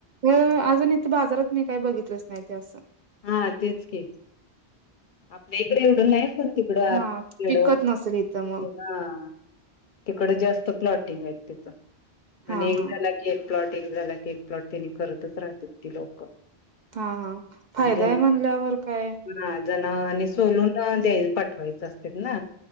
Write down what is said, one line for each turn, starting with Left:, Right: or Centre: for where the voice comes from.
Right: तर अजून बाजारात मी काही बघितलंच नाही ते असं
Left: हा तेच केच आपल्या इकडे एवडून नाही बण तिकडे आर्ड
Right: हा पिकत नसेल इथं मग
Left: हा तिकडे जास्त प्लॉटिंग आहेत तिच आणि
Right: हा
Left: एकदा
Right: हा
Left: केक प्लॉट एक झाला क एक प्लॉट त्यांनी करतच राहतात ती लोक
Right: हा हा फायदा
Left: म्हजे
Right: आहे म्हणल्यावर काय
Left: हा जण आणि सोलून द्याय पाठवायचं असत ना